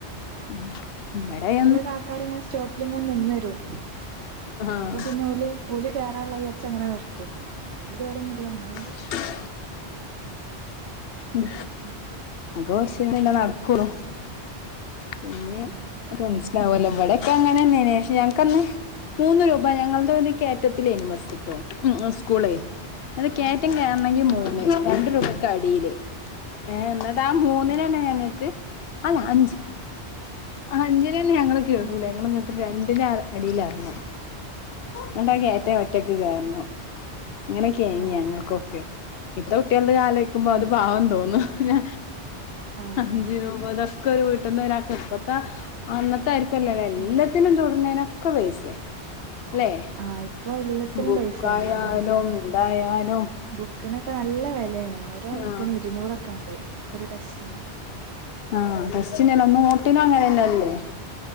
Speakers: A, on the left; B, on the right.
A: മ്മ് ഇബടയ്
B: കാക്കാര് ഇങ്ങനെ സ്റ്റോപ്പിലിങ്ങനെ നിന്നരും
A: ആഹ്
B: അപ്പൊ പിന്നെ ഓല് ഓല് കേറാള്ളതായിരിച്ച് അങ്ങനെ നിർത്തും ഓല് കേറൊന്നുല്ല്യ ഇന്നാലും
A: <unintelligible> ഉം
B: ഉം
A: അത് കൊറച്ചേരല്ലേ നടക്കൊള്ളു പിന്നിം
B: ആ
A: <unintelligible> ണ്ടാവൊല്ലോ ഇവ്ടൊക്കെ അങ്ങനെന്നേ ആണ് പഷേ ഞങ്ങക്കന്ന് മൂന്ന് രൂപ ഞങ്ങൾത് കേറ്റത്തിലേനി ബസ്ട്ടോ ഉം ഉം സ്കൂളെ അത് കേറ്റം
B: ആ ആ
A: കേറണെങ്കി മൂന്ന്
B: ആ ആ
A: രണ്ട് രൂപക്ക് അടീല് ഏ ന്ന ട്ടാ മൂന്നിനെന്നെ
B: ആഹ്
A: ഞങ്ങക്ക് അല്ല അഞ്ച് ആ അഞ്ചിനെന്നെ ഞങ്ങള് കേറൂല
B: ആഹ്
A: ഞങ്ങള്ന്നിട്ട്
B: ആഹ്
A: രണ്ടിന് അടീല് എർങ്ങും. ന്ന്ട്ടാ കേറ്റം
B: ആഹ് ആഹ്
A: ഒറ്റക്ക് കേറണം ഇങ്ങനെക്കെയ്ന്
B: ആഹ് ആഹ്
A: ഞങ്ങക്കൊക്കെ പ്പത്തെ കുട്ട്യൾതാലൊയ്ക്കുമ്പോ അത്
B: ഏഹ്
A: പാവം തോന്നും ഞാ
B: ആഹ്
A: അഞ്ച് രൂപതൊക്കെ ഒരു വീട്ട്ന്ന് ഒരാക്കിപ്പത്ത അന്നത്തായിരിക്കുല്ലല്ലോ എല്ലത്തിനും
B: ആഹ്
A: തൊടുന്നേനൊക്കെ പൈസേ? ല്ലെ
B: ആഹ് ഇപ്പൊ എല്ലാത്തിനും
A: ബുക്കായാലും
B: പൈസയാണ് ആഹ്
A: ഇതായാലും.
B: ബുക്കിനൊക്കെ നല്ല വെലേണ് ഓരോ ബുക്കിന്
A: ആഹ്
B: ഇരുന്നൂറൊക്കെ ഇണ്ട് ഒരു ടെസ്റ്റിന്.
A: ആ ടെസ്റ്റിനല്ല നോട്ടിന ങ്ങനെയന്നല്ലേ?